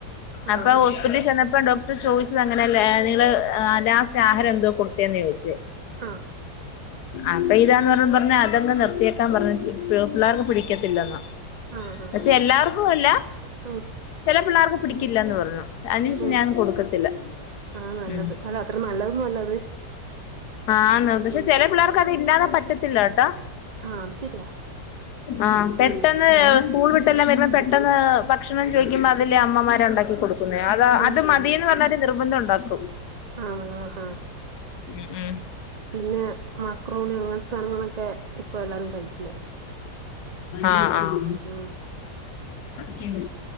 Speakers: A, on the left (about 75°); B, on the right (about 65°).
A: അപ്പോ
B: ആഹ്
A: ഹോസ്പിറ്റലിൽ ചെന്നപ്പം ഡോ ട്ടർ ചോദിച്ചത് അങ്ങനെ അല്ല നിങ്ങള് ആഹ് ലാസ്റ്റ് ആഹാരം എന്തോ കൊടുത്തേന്ന് ചോദിച്ച്
B: ആഹ്
A: അപ്പൊ ഇതാന്ന് പറഞ്ഞപ്പോപറഞ്ഞ് അതങ്ങ് നിർത്തിയേക്കാൻ പറഞ്ഞച്ചു പിള്ളേർക്ക് പിടിക്കത്തില്ലന്ന്
B: ആഹ് ആഹ് ആഹ്
A: പക്ഷെ
B: ആഹ്
A: എല്ലാവർക്കും അല്ല.
B: ഉം
A: ചെല പിള്ളേർക്ക് പിടിക്കില്ലന്ന് പറഞ്ഞു അതിനുഷം
B: ഉം
A: ഞാൻ കൊടുക്കത്തില്ല
B: അതാ നല്ലത്
A: ഉം
B: അല്ല അത്ര നല്ലതൊന്നും അല്ല അത്
A: ആഹ്ന്ന് പക്ഷെ
B: ഉം
A: ചെല പിള്ളേർക്ക് അതില്ലാത പറ്റത്തില്ലട്ടാ
B: ആഹ് അത് ശരിയാ
A: ആഹ് പെട്ടെന്ന്
B: ഉം
A: ന്ന് സ്കൂള് വിട്ടെല്ലാം വരുമ്പോ പെട്ടെന്ന് ഭക്ഷണം ചോയിക്കുമ്പോ അതില് അമ്മമാരെ ഒണ്ടാക്കി കൊടുക്കും ക്കുന്നേ അ
B: ഉം
A: അത് മതിന്ന് പറഞ്ഞലും നിർബന്ധണ്ടാക്കും
B: ആഹ് ആ ആഹ്
A: ഉംഹ്
B: പിന്നെ മക്രോണി അങ്ങനത്തെ സാനങ്ങളൊക്കെ ഇപ്പൊ എല്ലാരും കയിക്കല്
A: ആഹ് ആഹ്
B: ഉം
A: പിന്നെ